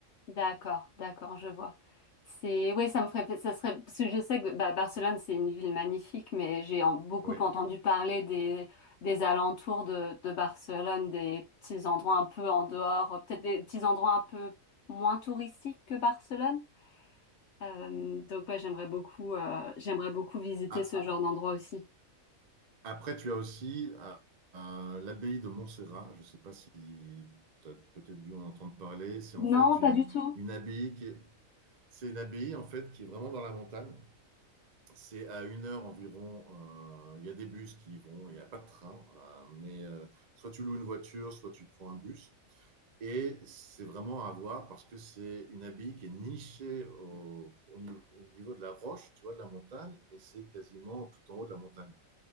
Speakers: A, on the left; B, on the right.
A: D'accord, d'accord, je vois. C'est, oui, ça me ferait, ça serait, parce que je sais que bah, Barcelone, c'est une ville magnifique, mais j'ai en- beaucoup
B: Oui.
A: entendu parler des, des alentours de, de Barcelone, des petits endroits un peu en dehors, peut-être des petits endroits un peu moins touristiques que Barcelone. Euh, donc ouais, j'aimerais beaucoup, euh, j'aimerais beaucoup visiter
B: Ah,
A: ce genre d'endroit aussi.
B: après, tu as aussi euh, euh, l'abbaye de Montserrat. Je ne sais pas si tu as peut-être dû en entendre parler. C'est en
A: Non,
B: fait une,
A: pas du tout.
B: une abbaye qui est, c'est une abbaye, en fait, qui est vraiment dans la montagne. C'est à une heure environ. euh, Il y a des bus qui y vont, il n'y a pas de train, euh, mais euh, soit tu loues une voiture, soit tu prends un bus. Et c'est vraiment à voir parce que c'est une abbaye qui est nichée au, au niveau, au niveau de la roche, tu vois, de la montagne, et c'est quasiment tout en haut de la montagne.